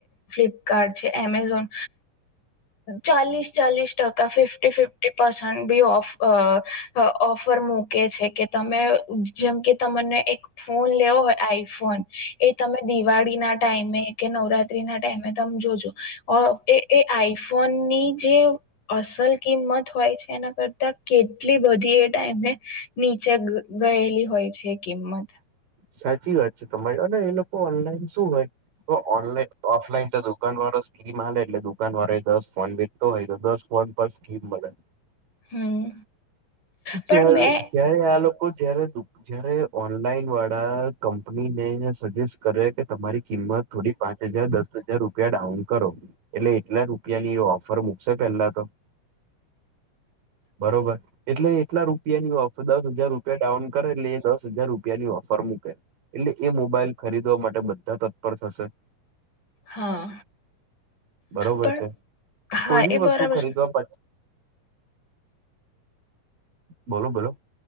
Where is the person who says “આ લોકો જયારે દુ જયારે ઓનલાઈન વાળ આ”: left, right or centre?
Right